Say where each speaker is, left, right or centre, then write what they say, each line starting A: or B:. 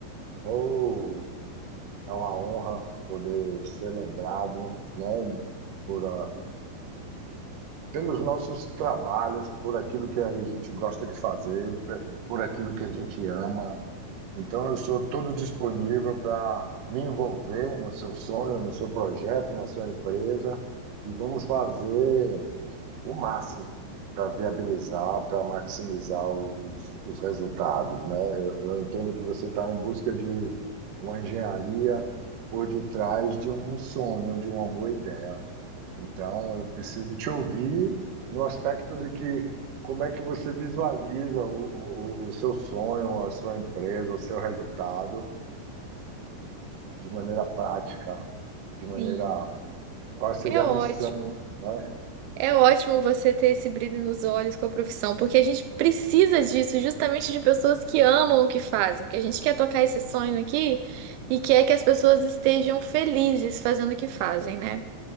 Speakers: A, on the right; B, on the right.
A: Oh, é uma honra poder ser lembrado, né, por, ah, pelos nossos trabalhos, por aquilo que a gente gosta de fazer, pe- por aquilo que a gente ama. Então, eu sou todo disponível para me envolver no seu sonho, no seu projeto, na sua empresa, e vamos fazer. o máximo para viabilizar, para maximizar os, os resultados, né? Eu, eu entendo que você está em busca de uma engenharia por detrás de um sonho, de uma boa ideia. Então, eu preciso te ouvir no aspecto de que como é que você visualiza o, o, o seu sonho, a sua empresa, o seu resultado de maneira prática, de maneira
B: Sim,
A: qual seria
B: é ótimo.
A: a missão, né?
B: É ótimo você ter esse brilho nos olhos com a profissão, porque a gente precisa disso, justamente de pessoas que amam o que fazem, porque a gente quer tocar esse sonho aqui e quer que as pessoas estejam felizes fazendo o que fazem, né?